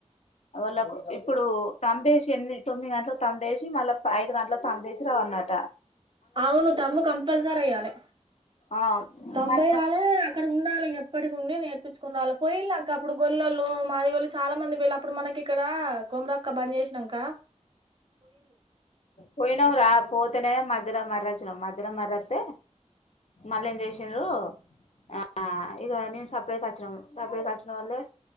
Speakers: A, on the left; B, on the right.
A: వాళ్ళ ఇప్పుడు తంబేసి ఎన్ని తొమ్మిది గంటల తంపేసి మళ్ళా ఐదు గంటలు తంపేసి రావ అన్నట
B: అవును తమ్ము కంపల్సర అయాలి
A: ఆ
B: తంబ
A: మరి
B: అయ్యాల అక్కడ ఉండాలి ఎప్పటికి ఉండి నేర్పించుకుని రావాలి పయ్యిలాక అప్పుడు గల్లలు మాదిగొళ్ళు చాలా మంది వేళి అప్పు మనకి ఇ ఇక్కడ కొమరాక్క బంద చేసినాంక
A: పోయినా రా పోతేనే మధ్యలో మర్రచ్చిన మధ్యలో మర్రస్తే మళ్ళా ఏం చేసారు ఆ ఇది నను సప్పడ కా సపడ కాచన వల్లే